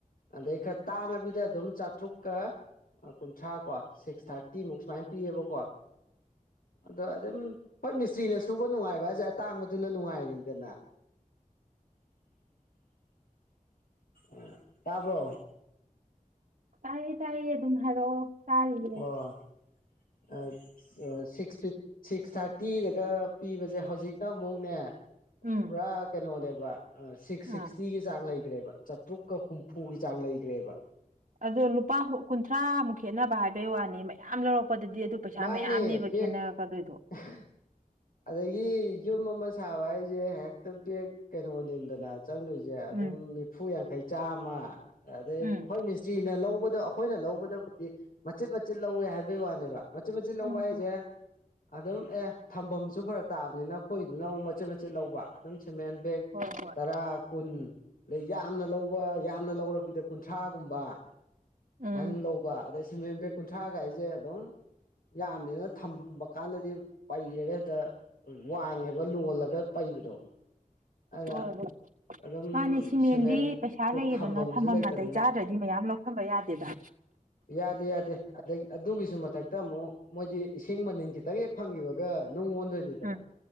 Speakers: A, on the left; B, on the right.
A: ꯑꯗꯩ ꯈꯔ ꯇꯥꯡꯉꯕꯤꯗ ꯑꯗꯨꯝ ꯆꯥꯇ꯭ꯔꯨꯛꯀꯥ ꯀꯨꯟꯊ꯭ꯔꯥ ꯀꯣ ꯁꯤꯛꯁ ꯊꯥꯔꯇꯤꯃꯨꯛ ꯁꯨꯃꯥꯏꯅ ꯄꯤꯌꯦꯕꯀꯣ ꯑꯗꯣ ꯑꯗꯨꯝ ꯍꯣꯏ ꯃꯤꯁꯇ꯭ꯔꯤꯅ ꯁꯨꯕ ꯅꯨꯡꯉꯥꯏꯕ ꯍꯥꯏꯖꯦ ꯇꯥꯡꯕꯗꯨꯅ ꯅꯨꯡꯉꯥꯏ <unintelligible> ꯑꯥ ꯇꯥꯕ꯭ꯔꯣ
B: ꯇꯥꯏꯌꯦ ꯇꯥꯏꯌꯦ ꯑꯗꯨꯝ ꯍꯥꯏꯔꯛꯑꯣ ꯇꯥꯔꯤꯌꯦ
A: ꯑꯣ ꯑꯁ ꯑꯥ ꯁꯤꯛꯁ ꯐꯤꯠ ꯁꯤꯛꯁ ꯊ꯭ꯥꯔꯇꯤꯗꯒ ꯄꯤꯕꯖꯦ ꯍꯧꯖꯤꯛꯅ ꯑꯃꯨꯛꯅꯦ
B: ꯎꯝ
A: ꯄꯨꯔꯥ ꯀꯩꯅꯣꯅꯦꯕ ꯁꯤꯛꯁ ꯁꯤꯛꯁꯇꯤꯒꯤ
B: ꯑꯥ
A: ꯆꯥꯡ ꯂꯩꯒ꯭ꯔꯦꯕ ꯆꯥꯇ꯭ꯔꯨꯛꯀ ꯍꯨꯝꯐꯨꯒꯤ ꯆꯥꯡ ꯂꯩꯒ꯭ꯔꯦꯕ
B: ꯑꯗꯣ ꯂꯨꯄꯥ ꯀꯨꯟꯊ꯭ꯔꯥꯃꯨꯛ ꯈꯦꯠꯅꯕ ꯍꯥꯏꯕꯩ ꯋꯥꯅꯦ ꯃꯌꯥꯝ ꯂꯧꯔꯛꯄꯗꯗꯤ ꯑꯗꯨ ꯄꯩꯁꯥ
A: ꯃꯥꯅꯦ
B: ꯃꯌꯥꯝꯅꯦꯕ
A: ꯕꯦꯒ
B: ꯈꯦꯠꯅꯔꯛꯀꯗꯣꯏꯗꯣ
A: <unintelligible> ꯑꯗꯒꯤ ꯌꯨꯝ ꯑꯃ ꯁꯥꯕ ꯍꯥꯏꯖꯦ ꯍꯦꯛꯇ ꯕꯦꯛ ꯀꯩꯅꯣꯅꯤꯗꯅ ꯆꯪꯘꯣꯏꯁꯦ ꯑꯗꯨꯝ
B: ꯎꯝ
A: ꯅꯤꯐꯨ ꯌꯥꯡꯈꯩ ꯆꯥꯝꯃ ꯑꯗꯩ
B: ꯎꯝ
A: ꯍꯣꯏ ꯃꯤꯁ ꯃꯤꯁꯇ꯭ꯔꯤꯅ ꯂꯧꯕꯗ ꯑꯩꯈꯣꯏꯅ ꯂꯧꯕꯗꯕꯨꯗꯤ ꯃꯆꯤꯠ ꯃꯆꯤꯠ ꯂꯧꯋꯦ ꯍꯥꯏꯕꯩ ꯋꯥꯅꯦꯕ ꯃꯆꯤꯠ ꯃꯆꯤꯠ ꯂꯧꯕ
B: ꯎꯝ
A: ꯍꯥꯏꯖꯦ
B: ꯎꯝ
A: ꯑꯗꯨꯝ ꯑꯦ ꯊꯝꯕꯝꯁꯨ ꯐꯔꯛ ꯇꯥꯑꯕꯅꯤꯅ ꯑꯩꯈꯣꯏꯗꯨꯅ ꯑꯃꯨꯛ ꯃꯆꯤꯠ ꯃꯆꯤꯠ ꯂꯧꯕ ꯑꯗꯨꯝ ꯁꯤꯃꯦꯟ ꯕꯦꯛ
B: ꯍꯣꯏ ꯍꯣꯏ
A: ꯇꯔꯥ ꯀꯨꯟ ꯑꯗꯩ ꯌꯥꯝꯅ ꯂꯧꯕ ꯌꯥꯝꯅ ꯂꯧꯔꯕꯤꯗ ꯀꯨꯟꯊ꯭ꯔꯥꯒꯨꯝꯕ
B: ꯎꯝ
A: ꯁꯥꯏꯅ ꯁꯨꯝ ꯂꯧꯕ ꯑꯗꯩ ꯁꯤꯃꯦꯟ ꯕꯦꯛ ꯀꯨꯟꯊ꯭ꯔꯥꯒꯏꯖꯦ ꯑꯗꯨꯝ ꯌꯥꯝꯃꯤꯅ ꯊꯝꯕ ꯀꯥꯟꯗꯦ ꯄꯩꯔꯒ ꯍꯦꯛꯇ ꯋꯥꯡꯉꯦꯕ ꯂꯣꯜꯂꯒ ꯄꯩꯕꯗꯣ ꯑꯗꯨꯅ
B: ꯍꯣꯏ ꯍꯣꯏ
A: ꯑꯗꯨꯝ
B: ꯃꯥꯅꯦ ꯁꯤꯃꯦꯟꯗꯤ
A: ꯁꯤꯃꯦꯟꯗꯣ
B: ꯄꯩꯁꯥ ꯂꯩꯌꯦꯗꯅ
A: ꯊꯝꯐꯝꯁꯨ
B: ꯊꯝꯕꯝ
A: ꯂꯩꯇꯕꯅꯤꯅ
B: ꯅꯥꯇꯩ ꯆꯥꯗ꯭ꯔꯗꯤ ꯃꯌꯥꯝ ꯂꯧ ꯊꯝꯕ ꯌꯥꯗꯦꯗ
A: ꯌꯥꯗꯦ ꯌꯥꯗꯦ ꯑꯘꯩ ꯑꯗꯨꯒꯤꯁꯨ ꯃꯊꯛ ꯇꯥ ꯑꯃꯨꯛ ꯃꯣꯏꯗꯤ ꯏꯁꯤꯡ ꯃꯅꯤꯟ ꯈꯤꯇꯪ ꯍꯦꯛ ꯐꯪꯒꯤꯕꯒ ꯅꯨꯡ ꯑꯣꯟꯗꯣꯏ ꯅꯤꯗꯅ
B: ꯎꯝ